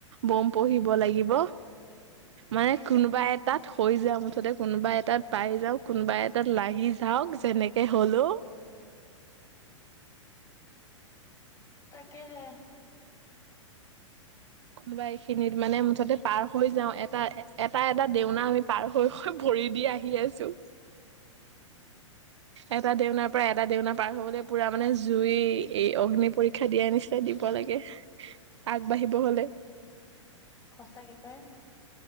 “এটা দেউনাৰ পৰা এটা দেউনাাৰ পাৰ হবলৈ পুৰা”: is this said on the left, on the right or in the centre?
Right